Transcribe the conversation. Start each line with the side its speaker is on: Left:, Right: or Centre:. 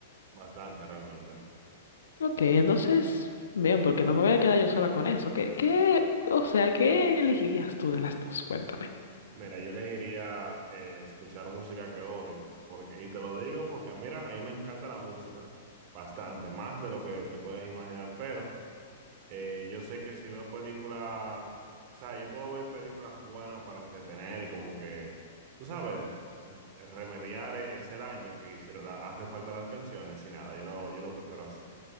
Right: bastante realmente.
Left: Ok, entonces, bien, porque no me voy a quedar yo sola con eso. ¿Qué, qué, o sea, qué elegirías tú de las dos? Cuéntame.
Right: Mira, yo elegiría eh, escuchar música que odio, porque, y te lo digo porque, mira, a mí me encanta la música, bastante, más de lo que te puedes imaginar, pero eh, yo sé que si veo películas, o sea, yo puedo ver películas buenas para entretener y como que, tú sabes, re- remediar e- ese daño que hicieron, la- hace falta las canciones y nada, yo lo, yo lo prefiero así.